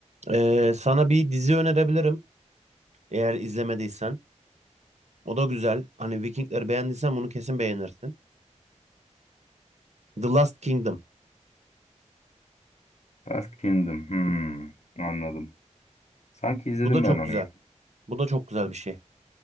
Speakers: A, on the right (about 65°); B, on the left (about 60°).
A: E, sana bir dizi önerebilirim eğer izlemediysen. O da güzel. Hani Vikingleri beğendiysen bunu kesin beğenirsin. The Last Kingdom.
B: Last Kingdom. Hmm, anladım. Sanki izledim
A: Bu da çok
B: ben onu
A: güzel.
B: ya.
A: Bu da çok güzel bir şey.